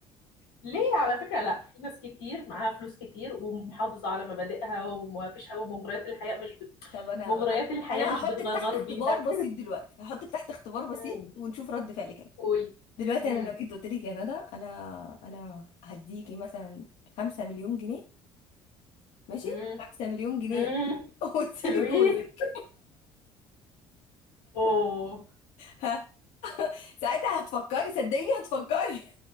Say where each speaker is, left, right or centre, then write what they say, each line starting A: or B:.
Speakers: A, on the left; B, on the left.
A: ليه على فكرة لا في ناس كتير معاها فلوس كتير ومحافظة على مبادئها وما فيش حاجة مغريات الحياة مش بت...
B: طب انا
A: مغريات
B: انا
A: الحياة
B: انا
A: مش
B: هحطك
A: بتغرغر
B: تحت اختبار
A: بيها
B: بسيط دلوقتي هحطك تحت اختبار بسيط
A: امم
B: ونشوف رد فعلك
A: قولي
B: دلوقتي
A: امم
B: انا لو جيت قلت لك يا ندى انا انا هديكي مثلا خمسة مليون جنيه ماشي
A: امم
B: خمسة مليون جنيه
A: امم
B: <laughs> وتسيبي
A: حلوين
B: جوزك
A: اوه
B: ها ساعتها هتفكري صدقيني هتفكري